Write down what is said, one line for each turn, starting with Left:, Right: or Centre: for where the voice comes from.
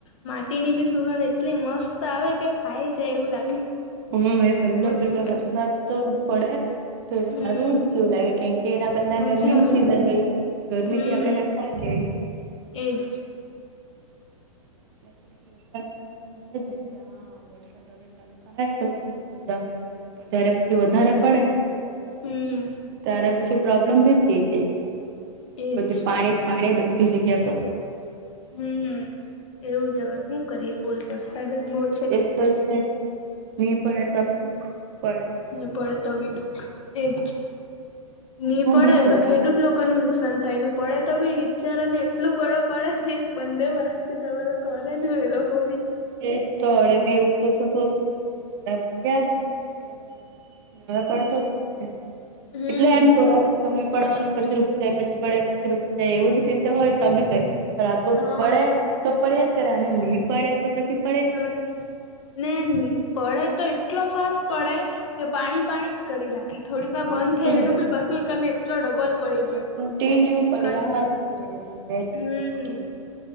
Left: માટી ની બી સુગંધ એટલી મસ્ત આવે કે ખાઈ જાય એવું લાગે.
Right: હમ, એ પેલો
Left: મસ્ત
Right: પેલો વરસાદ તો પડે તો
Left: હમ
Right: હારુ જ જેવું લાગે કેમ કે એના પેલા
Left: મજા
Right: ગરમીની
Left: આવે
Right: સિઝન હોઇ. ગરમીથી
Left: હમ
Right: આપડે કંટાળી ગયાઈ.
Left: એજ.
Right: એટલે પછી વરસાદ પડે તો બને જ ને કે આવે વરસાદ હવે ચાલુ થાહે તો કેટલું મજા આવે એમ કરે જારે પછી વધારે પડે
Left: હમ
Right: ત્યારે પછી પ્રોબ્લેમ બી થઈ જઈ.
Left: એજ
Right: બધી પાણી પાણી બધી જગ્યા પર.
Left: હમ એવું જ હવે હું કરીએ બોલ વરસાદ જ બો
Right: એજ તો છે ની પડે તો બી દુઃખ પડે તો બી
Left: ને
Right: દુઃખ
Left: પડે તો બી દુઃખ એજ, ની
Right: હું
Left: પડે
Right: બી કરવાના
Left: તો ખેડૂત લો કો નું નુકસાન થાય ને પડે તો બી બિચારાને એટલું બળો પડે કે બંને બાજથી તમે તો કરે હું એ લોકો બી.
Right: એજ તો હમણે બી એવું તો થતું હતું થોડાક દિવસ પેલા પડ્યા જ કેટલા દિવસથી ને હવે પડતો જ નહીં મળે
Left: હમ
Right: એટલે એમ થોડાક સમય પડવાનું પછી રૂકી જાય પછી પડ્યા પછી રૂકી જાય એવી રીતે હોય તો બી કઈ પણ આ તો
Left: હા
Right: પડે તો પડયાજ કરે અને ની પડે તો પછી પડે જ
Left: તો ની જ, ને પડે તો એટલો ફાસ્ટ પડે કે પાણી પાણી જ કરી રાખે થોડીક
Right: નહી
Left: વાર બંધ થાય એનું
Right: બધી
Left: બી વસુલ કરીને એટલો ડબલ પડી જાય.
Right: તે ન્યુ પડે
Left: કં
Right: આજ કરે બે દિવસ
Left: હમ
Right: સુધી તો.